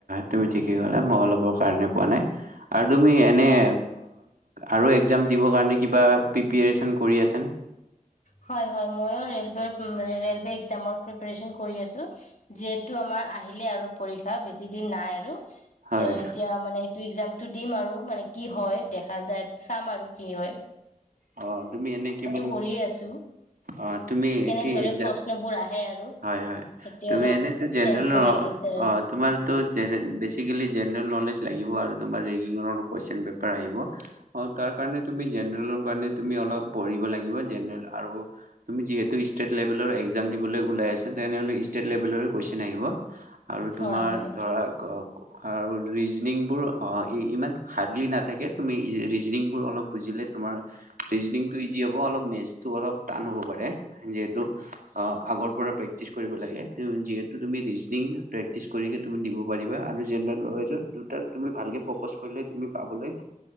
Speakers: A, on the right; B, on the left.
A: তুমি ঠিকেই কলা মই অলপৰ কাৰণে পোৱা নাই আৰু তুমি এনেই আৰু একজাম দিবৰ কাৰণে কিবা প্ৰিপিয়েৰচন কৰি আছানে?
B: হয় হয় ময়ো ৰেলৱে ৰেলৱে একজামৰ প্ৰিপিৰেচন কৰি আছো যিহেতু আমাৰ আহিলেই আৰু পৰীক্ষা বেছি দিন নাই আৰু।
A: হয়
B: তে এতিয়া মানে সেইটো একজামটো দিম আৰু মানে। কি হয় দেখা যায় চাম আৰু কি হয়।
A: অ তুমি এনে কিমান?
B: পঢ়ি আছো
A: অ', তুমি
B: কেনে
A: কি
B: দৰে
A: এক্সাম
B: প্ৰশ্নবোৰ আহে আৰু।
A: হয় হয়
B: এতিয়া
A: তুমি
B: অলপ
A: এনেইতো জেনেৰেল
B: টেনচন লাগি আছে আৰু
A: অ তোমাৰটো বেচিকেলি জেনেৰেল নলেজ লাগিব। লাগিব আৰু তোমাৰ যোনকেইখন কোৱেচন পেপাৰ আহিব তাৰ কাৰণে তুমি জেনেৰেলৰ কাৰণে তুমি অলপ পঢ়িব লাগিব আৰু তুমি যিহেতু ষ্টেট লেবেলৰ একজাম দিবলে ওলাইছা তেনেহলে ষ্টেট লেবেলৰে কোৱেচন আহিব। আৰু তোমাৰ
B: হয় হয়
A: ধৰা।
B: ঠিক
A: আৰু ৰিজনিংবোৰ ইমান হাৰ্ডলি নাথাকে তুমি ৰিজনিংবোৰ অলপ বুজিলে তোমাৰ ৰিজনিংটো ইজি হ'ব অলপ মেথছটো অলপ টান হ'ব পাৰে যিহেতু আগৰ পৰা প্ৰেক্টিচ কৰিব লাগে যিহেতু তুমি ৰিজনিং প্ৰেক্টিচ কৰিকে তুমি দিব পাৰিবা আৰু জেনেৰেল নলেজৰ দুটাত তুমি ভালকে ফ'কাচ কৰিলে তুমি পাবলৈ